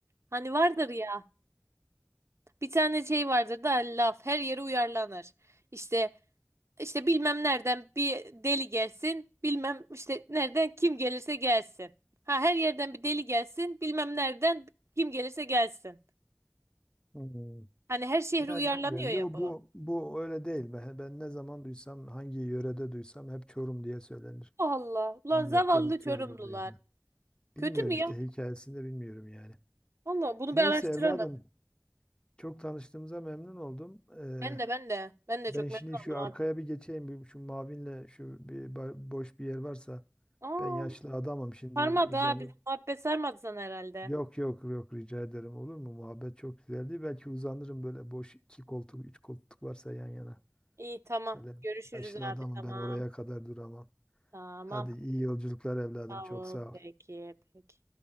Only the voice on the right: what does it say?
Hani vardır ya. Bir tane şey vardır da laf her yere uyarlanır. İşte işte bilmem nereden bir deli gelsin, bilmem işte nereden kim gelirse gelsin. Ha her yerden bir deli gelsin, bilmem nereden kim gelirse gelsin.
Hani her şehre
uyarlanıyor
ya bu.
Allah ulan
zavallı
Çorumlular.
Kötü
mü ya?
Allah bunu
bir araştıralım.
Ben de ben de ben de
çok
memnun
oldum
abi.
Aa,
sarmadı
ha bizim muhabbet sarmadı sana herhalde.
İyi tamam
görüşürüz
abi
tamam.
Tamam.
Bravo.
Peki,
peki.